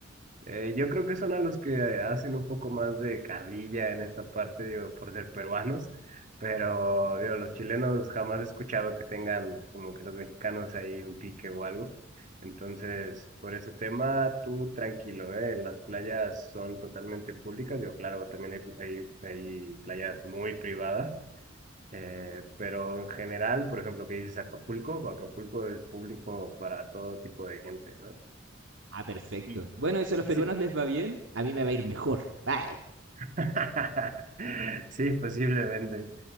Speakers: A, on the right; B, on the right.
A: Eh, yo creo que son a los que eh, hacen un poco más de carrilla en esta parte, digo, por ser peruanos, pero digo, los chilenos jamás he escuchado que tengan como que los mexicanos ahí un pique o algo. Entonces, por ese tema, tú tranquilo, ¿eh? Las playas son totalmente públicas, digo, claro, también hay, hay, hay playas muy privadas, eh, pero en general, por ejemplo, que dices Acapulco, Acapulco es público para todo tipo de gente, ¿no?
B: Ah, perfecto.
A: Y
B: Bueno, y si
A: eh,
B: a los peruanos
A: sí,
B: les va bien, a mí me va a ir mejor. Ay,
A: <laughs> Sí, posiblemente.